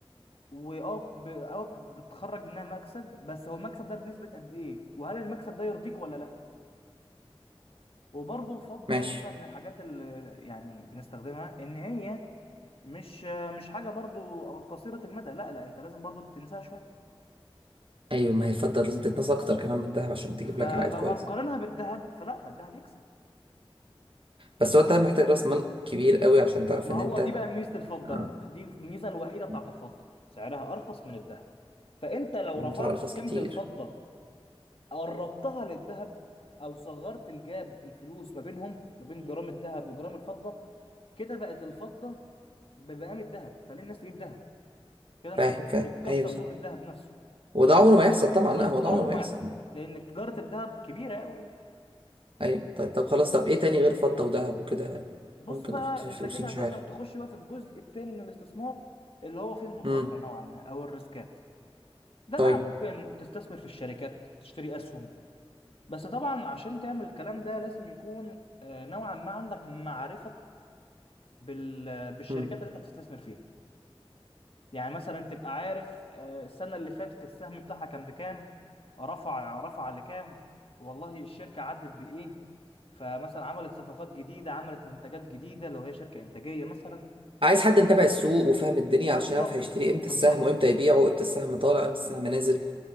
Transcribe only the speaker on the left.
واه ب... اه بتخرج منها مكسب بس هو المكسب ده بنسبة قد ايه وهل المكسب ده يرضيك ولا لا وبرضه الفضة
يا اسطى من الحاجات اللي يعني بنستخدمها ان هي مش مش حاجة برضو قصيرة المدى لا لا انت لازم برضو تنساها شوية
فلو
هتقارنها بالذهب فلا فالذهب يكسب
ما
هو
دي بقى ميزه الفضه
دي الميزه الوحيده بتاعت
الفضه سعرها ارخص من الذهب فانت لو
رفعت
قيمه الفضه قربتها للذهب او صغرت الجاب الفلوس ما بينهم ما بين جرام الذهب وجرام الفضه كده بقت الفضه بمقام الذهب فليه الناس تجيب ذهب كده انت
بت-
بتكسر
سوق الذهب نفسه
فده عمر
بالظبط
فده
عمره
ما
يحصل لان تجاره الذهب كبيره قوي يعني
بص
بقى
انت
كده
هتبدا
تخش بقى في الجزء الثاني من الاستثمار اللي هو فيه المخاطره
نوعا ما او الريسكات ده
بقى ممكن تستثمر في الشركات تشتري أسهم بس طبعا عشان تعمل الكلام ده لازم يكون آه، نوعا ما عندك معرفة بال- بالشركات
اللي انت هتستثمر فيها يعني مثلا تبقى عارف آه، السنة اللي فاتت السهم بتاعها كان بكام رفع رفع لكام والله الشركة عدت بإيه فمثلا عملت صفقات جديدة عملت منتجات جديدة لو هي شركة إنتاجية مثلا
بالظبط
بالظبط